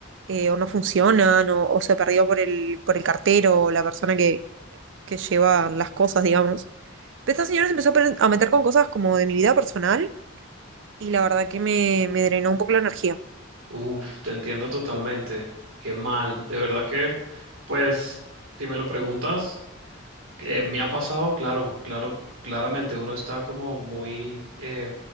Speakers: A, on the right (about 60°); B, on the right (about 80°).
A: eh, o no funcionan o, o se perdió por el, por el cartero o la persona que, que lleva las cosas, digamos. Pero esta señora se empezó a per- a meter con cosas como de mi vida personal y la verdad que me, me drenó un poco la energía.
B: Uf, te entiendo totalmente. Qué mal. De verdad que, pues, si me lo preguntas. Eh, me ha pasado, claro, claro, claramente uno está como muy eh,